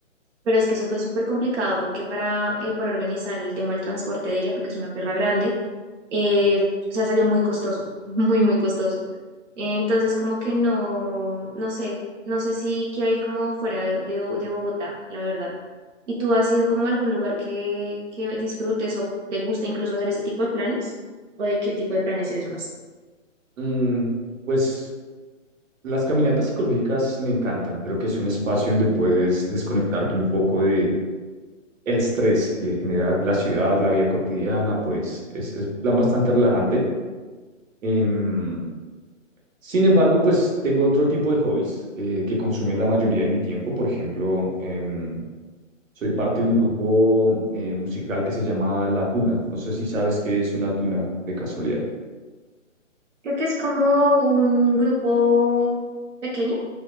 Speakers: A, on the right; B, on the right.
A: Pero es que eso fue súper complicado porque para, eh, para organizar el tema del transporte de ella, porque es una perra grande, eh, o sea, salió muy costoso, <laughs> muy, muy costoso. Eh, Entonces, como que no, no sé, no sé si quiero ir como fuera de, de Bo- de Bogotá, la verdad. ¿Y tú has ido como a algún lugar que, que disfrutes o te gusta incluso hacer ese tipo de planes? ¿O de qué tipo de planes eres más?
B: Mm, pues las caminatas psicológicas me encantan. Creo que es un espacio donde puedes desconectarte un poco de el estrés que genera la ciudad, la vida cotidiana, pues es, es plan bastante relajante. Em, sin embargo, pues tengo otro tipo de hobbies eh, que consumen la mayoría de mi tiempo. Por ejemplo, em, soy parte de un grupo eh, musical que se llama La Tuna. No sé si sabes qué es una tuna de casualidad.
A: Creo que es como un grupo pequeño,